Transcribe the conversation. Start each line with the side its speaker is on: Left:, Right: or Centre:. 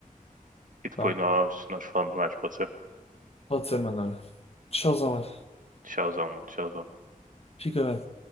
Right: E depois
Left: Pá,
Right: nós, nós falamos mais, pode ser?
Left: pode ser, mano. Tchauzão, mano.
Right: Tchauzão, mano, tchauzão.
Left: Fica bem.